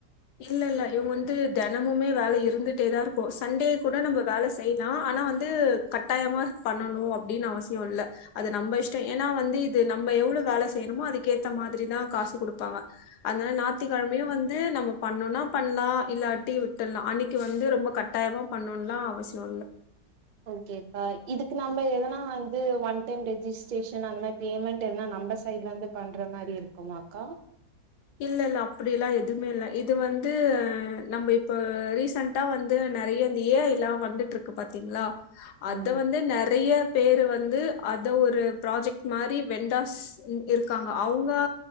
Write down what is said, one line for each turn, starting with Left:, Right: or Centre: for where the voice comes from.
Left: இல்லல்ல இவங்க வந்து தெனமுமே வேல இருந்துட்டேதாருக்கு சண்டே கூட நம்ப வேல செய்லா ஆனா வந்து கட்டாயமா பண்ணணு அப்டின்னு அவசிய இல்ல அது நம்ப இஷ்ட ஏன்னா வந்து இது நம்ம எவ்ளோ வேல செய்றமோ அதுக்கேத்த மாதிரிதா காசு குடுப்பாங்க அதுனால நாத்திக்கெழமயு வந் து நம்ம பண்ணுன்னா பண்லா இல்லாட்டி விட்டல்லா அன்னிக்கு வந்து ரொம்ப கட்டாயமா பண்ணுன்லா அவசிய இல்ல
Right: ஓகேக்கா இதுக்கு நம்ம எதனா வந்து ஒன் டைம் ரெஜிஸ்ட்ரேஷன் அந்த மாரி பேமெண்ட் எதனா நம்ப சைட்லந்து பண்ற மாரி இருக்குமாக்கா
Left: இல்லல்ல அப்பிடில்லா எதுமே இல்ல இது வந்து நம்ம இப்ப ரீசன்ட்டா வந்து நெறைய இந்த ஏ ஐ லா வந்துட்ருக்கு பாத்திங்ளா அத
Right: ஆமா
Left: வந்து நெறைய பேரு வந்து அத ஒரு ப்ராஜெக்ட் மாரி வெண்டாஸ் இருக்காங்க அவுங்க